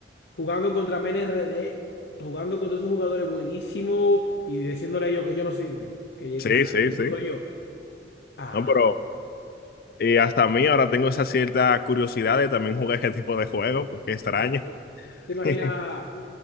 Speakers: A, on the left; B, on the left.
A: jugando contra MNRD, jugando contra esos jugadores buenísimos y diciéndole a ellos que ellos no sirven, que el
B: Sí,
A: que saben
B: sí,
A: eso
B: sí.
A: soy yo. Ah,
B: No, pero eh, hasta a mí ahora tengo esa cierta curiosidad de también jugar ese tipo de juegos. Qué extraño.
A: claro. ¿Te imaginas,
B: <laughs>